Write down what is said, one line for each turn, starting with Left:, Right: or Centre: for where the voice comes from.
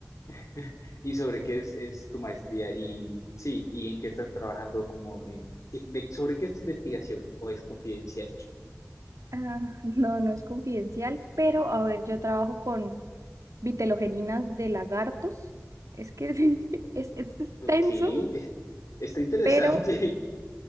Left: <laughs> y sobre qué es, es tu maestría? Y sí, ¿y en qué estás trabajando? Como en, qué- de, ¿Sobre qué es tu investigación o es confidencial?
Right: Ah, <laughs> no, no es confidencial, pero a ver, yo trabajo con vitelogeninas de lagartos. Es que sí, <laughs> es, es extenso,
Left: Ok, <laughs> está interesante.
Right: pero
Left: <laughs>